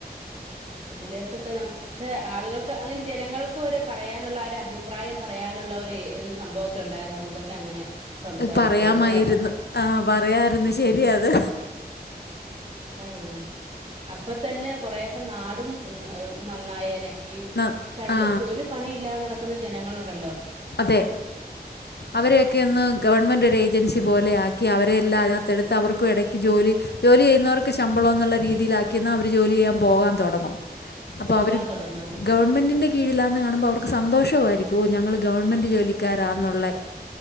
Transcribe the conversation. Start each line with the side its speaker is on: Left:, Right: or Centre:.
Right: അതിലേക്ക്ക്കെ നമ പക്ഷെ ആളുകൾക്ക് അങ്ങനെ ജനങ്ങൾക്ക് ഒര് പറയാനൊള്ള ഒരു അഭിപ്രായം പറയാനൊള്ള ഒരുത് സംഭവം ഒക്കെ ഒണ്ടായിരുന്നു നമുക്കൊക്കെ അങ്ങനെ സംസാരിക്കായിരുന്നല്ലേ
Left: പറയാമായിരുന്നു ആഹ് പറയായിരുന്നു ശരിയത്
Right: ആഹ് ആഹ് അപ്പെതന്നെ കൊറെയക്കെ നാടും നന്നായേനെ ഈ
Left: ന
Right: ചള്ള്
Left: ആ
Right: ഒരു പണിയില്ലാതെ നടക്കുന്ന ജനങ്ങളുണ്ടല്ലോ
Left: അതെ അവരൊക്കെ
Right: അങ്ങ്
Left: ഒന്ന് ഗവൺമെൻ്റ് ഒരു ഏജൻസി പോലെയാക്കി അവരെ എല്ലാം അതിനകത്തെടുത്ത് അവർക്കും എടയ്ക്ക് ജോലി ജോലി ചെയ്യുന്നവർക്ക് ശമ്പളം എന്നുള്ള രീതിയില് ആക്കിയെന്ന അവര് ജോലി ചെയ്യാൻ പോകാൻ തെടങ്ങും അപ്പൊ
Right: പോകാൻ
Left: അവര്
Right: തുടങ്ങും അതന്നെ
Left: ഗവൺമെന്റിന്റെ കീഴിലാന്ന് കാണുമ്പോൾ അവർക്ക് സന്തോഷവായിരിക്കും ഓ ഞങ്ങള് ഗവൺമെൻ്റ് ജോലിക്കാരാന്നൊള്ളേ